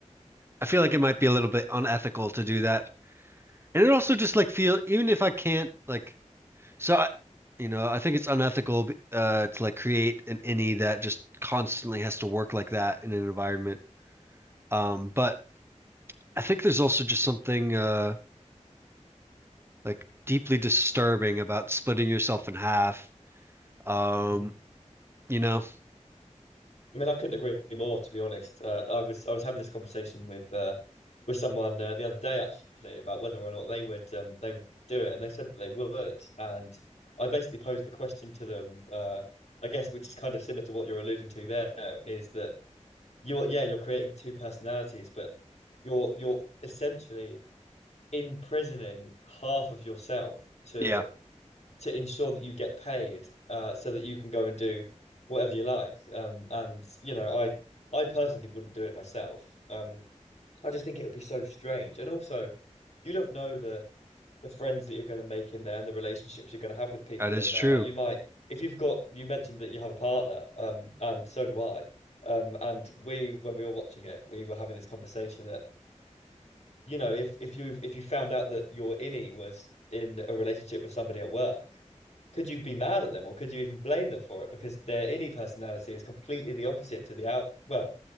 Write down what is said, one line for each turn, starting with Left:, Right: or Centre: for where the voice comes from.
Right: I feel like it might be a little bit unethical to do that. And it also just like feel even if I can't like So I, you know, I think it's unethical uh to like create an innie that just constantly has to work like that in an environment. Um, but I think there's also just something uh like deeply disturbing about splitting yourself in half. Um,
Left: Hmm.
Right: you know,
Left: I mean, I couldn't agree more, to be honest. Uh, I was I was having this conversation with uh, with someone uh, the other day actually about whether or not they would um, they would do it, and they said that they would. And I basically posed the question to them, uh, I guess, which is kind of similar to what you're alluding to there, is that You're yeah, you're creating two personalities, but you're you're essentially imprisoning half of yourself to
Right: yeah,
Left: to ensure that you get paid, uh, so that you can go and do whatever you like. Um, and you know, I I personally wouldn't do it myself. Um, I just think it would be so strange, and also you don't know the the friends that you're going to make in there and the relationships you're going to have with people
Right: that is
Left: in there.
Right: true.
Left: Like you might, if you've got, you mentioned that you have a partner, um, and so do I. Um, and we, when we were watching it, we were having this conversation that, you know, if if you if you found out that your innie was in a relationship with somebody at work, could you be mad at them or could you even blame them for it? Because their innie personality is completely the opposite to the out, well,